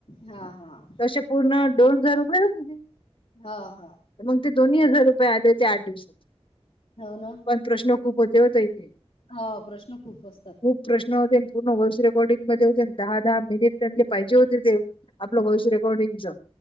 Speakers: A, on the left (about 75°); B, on the left (about 55°).
A: हां हां.
B: अशे पूर्ण दोन हजार रुपये होते.
A: हा हा.
B: मंग ते दोन्ही हजार रुपये आले ते आठ दिवशाचा.
A: हाऊ नव.
B: पण प्रश्न खूप होते हो ताई ते.
A: हा प्रश्न खूप असतात.
B: खूप प्रश्न होते पूर्ण व्हॉईस रेकॉर्डिंग मध्ये होते दहा-दहा मिनिट त्यांले पाहिजे होते ते. आपलं वॉइस रेकॉर्डिंगचं.